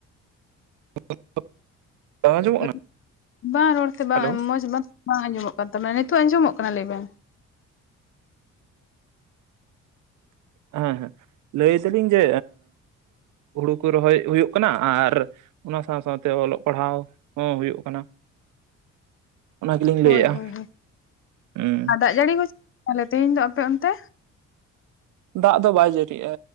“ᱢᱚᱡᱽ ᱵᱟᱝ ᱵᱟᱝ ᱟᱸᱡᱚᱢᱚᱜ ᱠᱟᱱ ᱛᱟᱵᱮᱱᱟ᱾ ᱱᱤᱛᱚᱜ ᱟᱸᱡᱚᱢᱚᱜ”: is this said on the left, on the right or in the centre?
Left